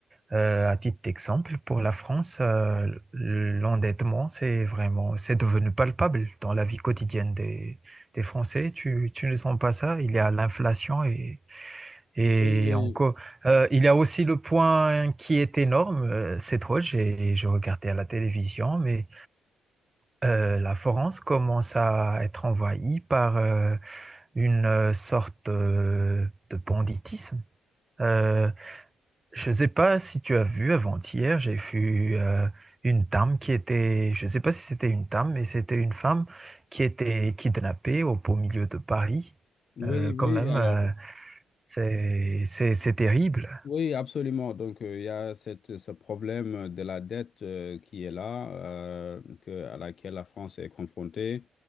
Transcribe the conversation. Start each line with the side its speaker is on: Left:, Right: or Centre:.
Right: à titre d'exemple, pour la France, euh, l'endettement, c'est vraiment, c'est devenu palpable dans la vie quotidienne des, des Français. Tu, tu ne sens pas ça? Il y a l'inflation et et
Left: oui
Right: encore, euh, il y a aussi le point qui est énorme, euh, c'est trop, j'ai, je regardais à la télévision, mais euh, la France commence à être envahie par euh, une euh, sorte euh, de banditisme. Euh, je ne sais pas si tu as vu avant-hier, j'ai vu euh, une dame qui était, je ne sais pas si c'était une dame, mais c'était une femme qui était kidnappée au beau milieu de Paris.
Left: oui
Right: Euh, quand
Left: oui
Right: même,
Left: alors
Right: euh, c'est c'est- c'est terrible.
Left: Oui, absolument. Donc, euh, il y a cette, ce problème de la dette euh, qui est là, euh, que- à laquelle la France est confrontée.